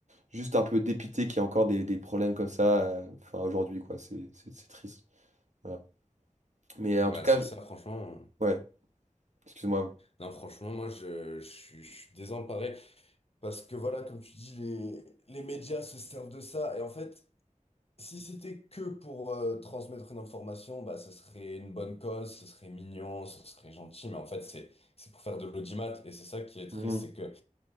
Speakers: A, on the right; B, on the left.
A: juste un peu dépité qu'il y ait encore des, des problèmes comme ça, euh, enfin aujourd'hui quoi, c'est c'est- c'est triste. Voilà. Mais euh,
B: Ouais,
A: en tout cas,
B: c'est
A: je-
B: ça, franchement.
A: ouais, excuse-moi.
B: Non, franchement, moi, je, je suis, je suis désemparé. Parce que voilà, comme tu dis, les, les médias se servent de ça. Et en fait, si c'était que pour euh, transmettre une information, bah, ce serait une bonne cause, ce serait mignon, ce serait gentil. Mais en fait, c'est, c'est pour faire de l'audimat. Et c'est ça qui est triste,
A: Mhm.
B: c'est que